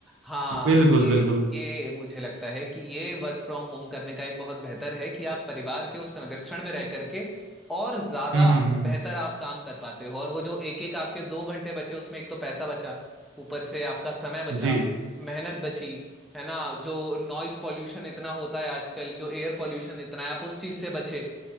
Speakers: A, in the centre; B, on the right.
A: हाँ
B: बिल्कुल
A: ये
B: बिल्कुल
A: ये मुझे लगता है कि ये वर्क फ्रॉम होम करने का एक बहुत बेहतर है कि आप परिवार के उस संरक्षण में रह करके और ज्यादा
B: हम्म हम्म हम्म
A: बेहतर आप काम कर पाते हो और वो जो एक एक आपके दो घंटे बचे उसमें एक तो पैसा बचा ऊपर से आपका समय बचा
B: जी
A: मेहनत बची है ना जो नॉइस पॉल्यूशन इतना होता है आजकल जो एयर पॉल्यूशन इतना है आप उस चीज से बचे